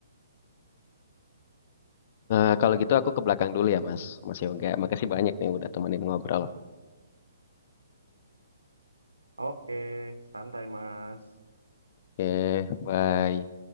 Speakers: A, on the left; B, on the right.
A: Eh, kalau gitu aku ke belakang dulu ya Mas, Mas Yoga. Makasih banyak nih udah temenin ngobrol.
B: oke santai mas
A: Oke, bye.